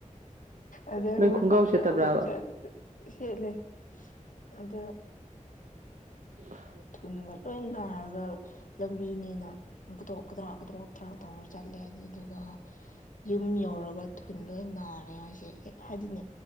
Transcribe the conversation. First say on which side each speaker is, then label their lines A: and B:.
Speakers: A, on the left (about 80°); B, on the right (about 70°).
A: ꯑꯗꯩ
B: ꯅꯪ
A: ꯑꯃꯨꯛ
B: ꯈꯣꯡꯒ꯭ꯔꯥꯎ
A: ꯐꯥꯛꯇꯣꯛꯑꯒ
B: ꯁꯦꯠꯇꯕ꯭ꯔꯥꯕ
A: ꯁꯦꯠꯂꯦ ꯑꯗ
B: <unintelligible>
A: ꯊꯨꯟꯒ ꯂꯣꯏ ꯅꯥꯔꯒ ꯂꯝꯕꯤꯅꯤꯅ ꯗꯣꯛ ꯀꯗ꯭ꯔꯥꯛ ꯒꯗ꯭ꯔꯣꯛ ꯀ꯭ꯔꯥꯛ ꯇꯧꯔ ꯆꯠꯂꯦ ꯑꯗꯨ ꯑꯗꯨꯒ ꯌꯨꯝ ꯌꯧꯔꯒ ꯊꯨꯟ ꯂꯣꯏ ꯅꯥꯔꯦ ꯍꯥꯏꯁꯦ ꯑꯩ ꯍꯥꯏꯗꯤꯅꯦ